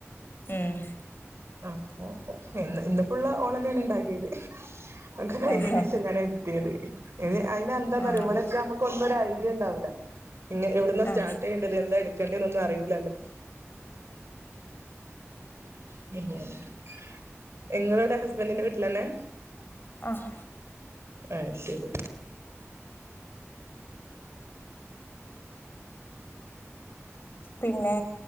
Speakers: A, on the left; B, on the right.
A: ഏഹ്
B: ആഹ് ഓഹ് ഇന്ന് ഇന്ന് ഫുള്ള് ഓളന്നെയാണ് ഇണ്ടാക്കിയത്. ഒക്കെ കഴിഞ്ഞേന്
A: ആഹ്
B: ശേഷാ ഞാൻ എത്തിയത് അയ്ന് അയ്നെന്താന്നറിയോ
A: ആഹ്
B: ഇവിടൊക്കെ നമ്മു ക്കൊന്നും ഒരു ഐഡിയ ഇണ്ടാവൂല്ല ഇങ്ങ് എവിടന്നാ
A: ആഹ്
B: സ്റ്റാർട്ട് ചെയ്യേണ്ടത് എന്താ എടുക്കണ്ട്യേന്നൊന്നും അറിയൂല്ലല്ലോ. <unintelligible> ഇങ്ങളെവിടെ ഹസ്ബൻറിന്റെ വീട്ടിലന്നെ?
A: ആഹ്
B: അയ്ശരി.
A: പിന്നെ